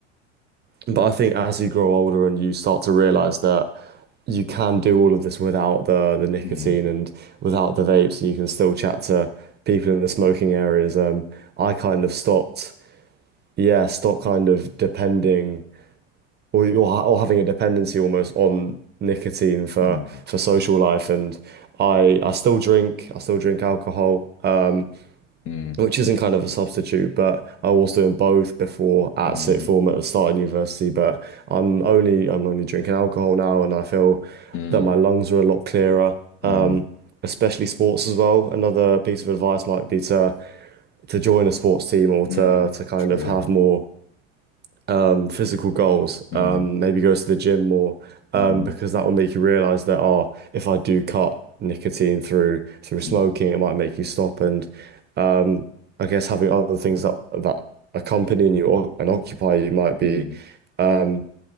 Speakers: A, on the right; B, on the left.
A: But I think as you grow older and you start to realize that you can do all of this without the the nicotine
B: mm,
A: and without the vapes, and you can still chat to people in the smoking areas. Um, I kind of stopped, yeah, stopped kind of depending or or, ha- or having a dependency almost on nicotine for
B: mm,
A: for social life. And I I still drink, I still drink alcohol. Um,
B: mm,
A: which isn't kind of a substitute, but I was doing both before at
B: mm,
A: sixth form at the start of university. But I'm only I'm only drinking alcohol now, and I feel
B: mm,
A: that my lungs are a lot clearer.
B: mm,
A: Um, especially sports as well. Another piece of advice might be to to join a sports team or
B: mm,
A: to to kind
B: true.
A: of have more um, physical goals.
B: Mm,
A: Um, maybe goes to the gym more um,
B: mm,
A: because that will make you realize that oh, if I do cut nicotine through through smoking,
B: mm,
A: it might make you stop. And um, I guess having other things that that accompany you or, and occupy you might be,
B: mm,
A: um,